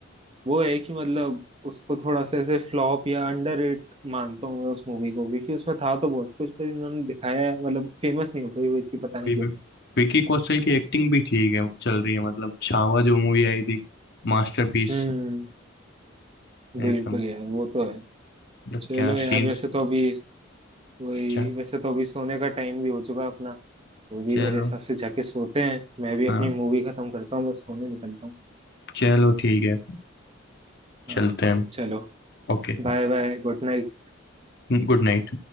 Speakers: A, on the right; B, on the left.
A: वो है कि मतलब उसको थोड़ा सा ऐसे फ्लॉप या अंडररेट मानता हूँ मैं उस मूवी को क्योंकि उसमें था तो बहुत कुछ पर इन्होंने दिखाया मतलब फेमस नहीं हो पाई वो इतनी पता नहीं
B: वही
A: क्यों
B: वि- विकी कौशल की एक्टिंग भी ठीक है चल रही है मतलब छावा जो मूवी आई थी मास्टरपीस
A: हम्म
B: है
A: बिल्कुल
B: एकदम
A: यार वो तो है
B: मतलब
A: चलो
B: क्या
A: यार
B: सीन्स
A: वैसे तो अभी वही
B: अच्छा
A: वैसे तो अभी सोने का टाइम भी हो चुका अपना तो भी
B: चलो
A: मेरे हिसाब से जाके सोते हैं मैं भी अपनी
B: हाँ
A: मूवी खत्म करता हूँ बस सोने निकलता हूँ
B: चलो ठीक है
A: हाँ
B: चलते हैं
A: चलो
B: Okay
A: बाय बाय गुड नाइट
B: good night